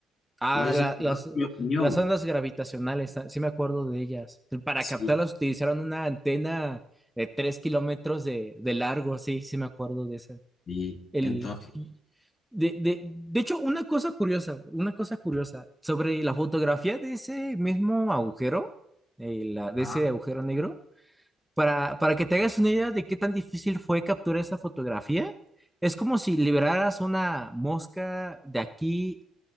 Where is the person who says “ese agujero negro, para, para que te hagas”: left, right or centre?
Centre